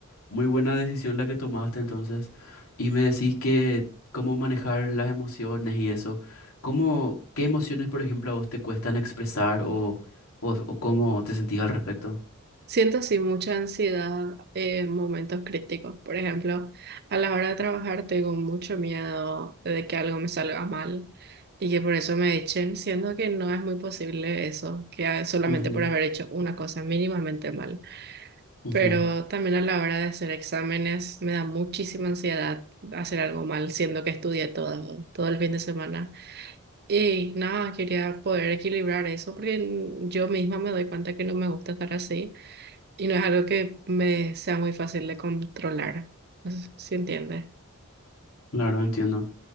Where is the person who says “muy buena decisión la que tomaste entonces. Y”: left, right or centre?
Left